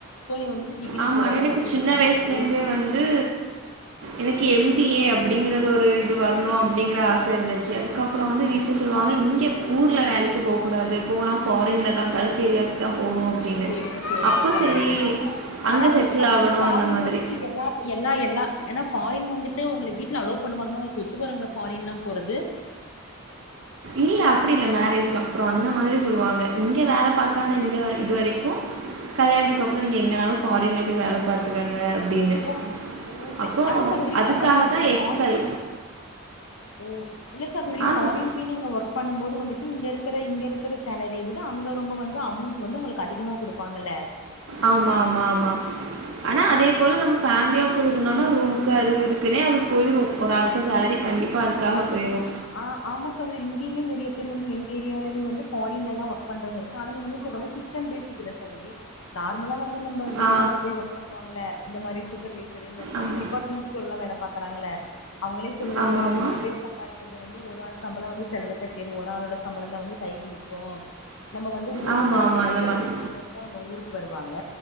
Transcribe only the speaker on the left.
ஸோ நீ வந்துட்டு டிகிரி
போடாத
ஒர்க்குக்கு
போம்பாங்க
ஒரு
ஓ சேரிங்க சேரிங்க
சகோதரி
ஆனா வந்து
பாத்தீங்கன்னா
ஃபாரின்
வந்துட்டு எல்லா எல்லா எல்லா ஏனா ஃபாரின் வந்துட்டு உங்ள வீட்ல அலோவ் பண்ணுவாங்களா உங்ளுக்கு ஒத்து வருங்ளா ஃபாரின்லா போறது
ஓ ஓ சே
ஆனா சகோதரி
ஃபாரின்
ஃபாரின்
ஓ இல்ல சகோதரி
ஃபாரின் நீங்க ஒர்க் பண்ணும் போது வந்துட்டு இங்க இருக்ற இங்க இருக்ற சேலரிய விட அங்க ரொம்ப வந்து அமௌண்ட் வந்து உங்ளுக்கு அதிகமா குடுப் பாங்கல
ஆ
சரி
ஆ ஆமா சகோதரி இங்கியுமே நெறய பேர் வந்து எங்க ஏரியாலையுமே வந்து ஃபாரின்லல்லா ஒர்க் பண்றவங்க இ ஆனா நீங்க வந்து சொல்ற மாரி சிஸ்டம் பேஸிக் இல்ல சகோத்ரி நார்மலா வந்து நம்ம வெளிநாடு
போய் ஒர்க் பன்னுவாங்கல்ல இந்த மாரி சூப்பர்வைசரு இந்த சி
டிபார்ட்மெண்ட்ஸ் கூடல்லா வேல பாக்கறாங்கள்ள அவுங்களே சொல்லுவாங்க
இன்னு ரெண்டு பேர் சம்பாரி கிறது வந்து ஒரு ஆள் சம்பளோ வந்து செலவுக்கே போயிரு ஒரு ஆளோட சம்பளந்தா வந்து கைக்கு நிக்கு நம்ம வந்து ஊருக்கு
வர்றது வருஷத்துக்கு
ஒரு தரவதா அவுங்க ஊருக்கு வருவாங்க